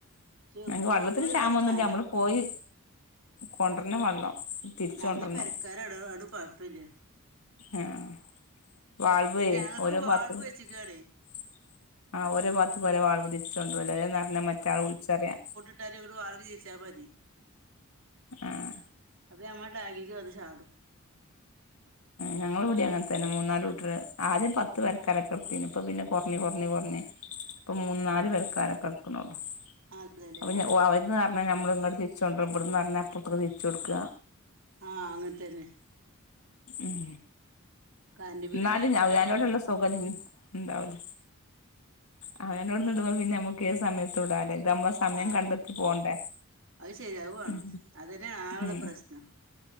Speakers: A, on the right; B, on the left.
A: പക്ഷെ
B: ങ്ങക്ക്
A: കൊഴപ്പന്ന്
B: വെള്ളത്തിന് ക്ഷാമം
A: വെച്ചാ
B: ഒന്നൂല്ല
A: നല്ല
B: നമ്മള് പോയി കൊണ്ടരണം വെള്ളം തിരിച്ച്
A: നല്ല
B: കൊണ്ടരണം
A: പെരക്കാരാടൊ അത് കൊഴപ്പില്ല
B: ആഹ് വാൾവേ
A: അല്ല ഞങ്ങക്ക്
B: ഓരോ
A: വാൾവ്
B: ഭാഗത്തു
A: വെച്ച്ക്കാണേ
B: - ആഹ് ഓരോ ഭാഗത്ത്‌ ഒരേ വാൾവ് തിരിച്ചോണ്ടര്വാ എന്ന് പറഞ്ഞാ മറ്റാൾ വിളിച്ചറയ
A: ഇവിടെ വളവ് തീരിച്ചാൽ മതി
B: ആഹ്
A: അപ്പ ഞമ്മടാഗിലേക്ക് വന്ന് ചാടും
B: ഞങ്ങളിവിടേം അങ്ങനെ തന്ന മൂന്നാല് വീട്ടാർ ആദ്യം പത്ത് പെര ക്കാരൊക്കെട്ത്തീനു ഇപ്പൊ പിന്നെ കൊറഞ്ഞ് കൊറഞ്ഞ് കൊറഞ്ഞ് ഇപ്പം മൂന്ന് നാല് പെരക്കാരൊക്കെട്ക്കുണുള്ളു
A: അതെല്ലേ
B: അപ്പൊ
A: ആഹ്
B: അവര്ന്ന് പറഞ്ഞാ നമ്മൾ ഇങ്ങട്ട് തിരിച്ചൊണ്ടരും ഇവ്ടന്ന് പറഞ്ഞാ അപ്പുറത്തേക്ക് തിരിച്ചൊ ടുക്കാ
A: ആഹ് അങ്ങനെത്തന്നെ
B: ഉം
A: കറണ്ട് ബില്ല്
B: ന്നാലും
A: എന്തേലും കൊടുത്താ
B: ഞ ഞാനോടുള്ള
A: മതി
B: സൗകര്യം ണ്ടാവൂല ആഹ് അങ്ങനൊവ്ടന്ന് ഇടുമ്പൊ പിന്നെ നമുക്ക്ഏതു സമയത്തും ഇടാല്ലെ ഇതമ്മ സമയം
A: ആഹ്
B: കണ്ടെത്തി പോണ്ടെ
A: അത് ശരിയാ അത് വാണം
B: ഉം
A: അതന്നെയാണ് ആകെള്ള
B: ഉം
A: പ്രശ്നം